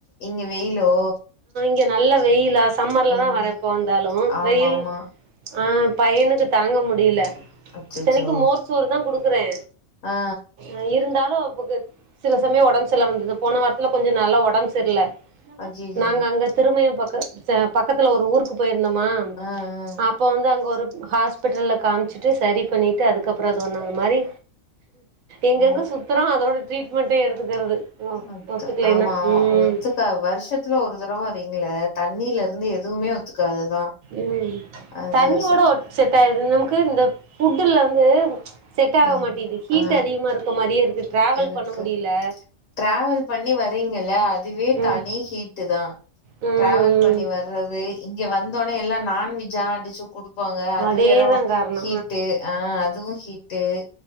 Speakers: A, on the left; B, on the right.
A: இங்க வெயிலோ
B: ங்க நல்ல வெயிலாஸ் சம்மர்ல்ல
A: ம்
B: தா வரே எப்ப வந்தாலு
A: ஆமா
B: வெயில்
A: ஆமா
B: ஆ பையனுக்கு தாங்க முடியல
A: அச்சச்சோ
B: இத்தனைக்கு மோர்ச்சோறு தா குடுத் இருக்குறே
A: ஆ
B: ஆ இருந்தாலு பர <unintelligible> க்கு சில சமய ஒடம்பு சரியில்லாம வந்தது போன வாரத்ல கொஞ்சோ நல்லா ஒடம்பு சரியில்ல
A: அய்யய்யோ
B: நாங்க அங்க திரும்பையு பக்க பக்கத்ல ஒரு ஊருக்கு போய் இருந்தமா
A: ஆ ஆ
B: அப்ப வந்து அங்க ஒரு ஹாஸ்பிட்டலில காமிச்சுட்டு சரி பண்ணிட்டு அதுக்கப்புறோ அது ஒன்னு அந்த மாரி எங்கெங்க
A: ஓ
B: சுத்துறோ அப்றோ ட்ரீட்மெண்ட்டே எடுத்துக்கிறது
A: அ
B: ஒத்துக்கலைன்னா
A: ஆமா
B: ம்
A: ஒத்துக்க வருஷத்துல ஒரு தடவ வரீங்கள தண்ணீல இருந்து எதுவுமே ஒத்துக்காதுதா
B: உம்
A: அது
B: தண்ணியோட
A: ச
B: நமக்கு இந்த ஃபுட்டுல வந்து செட் ஆக
A: ஆ
B: மாட்டேது ஹீட்
A: ஆ
B: அதிகமா இருக்க மாரியே இருக்கு டிராவல்
A: இருக்கு
B: பண்ண முடியல
A: டிராவல் பண்ணி வர்ரீங்கள அதுவே
B: ம்
A: தனி ஹீட்டு தா
B: ம்
A: டிராவல் பண்ணி
B: ம்
A: வர்றது இங்க வந்தோனே எல்லா நான்வெஜ்ஜ அடிச்சு குடுப்பாங்க அது
B: அதேதா
A: வேற
B: காரணோ
A: ஹீட்டு ஆ அதுவு ஹீட்டு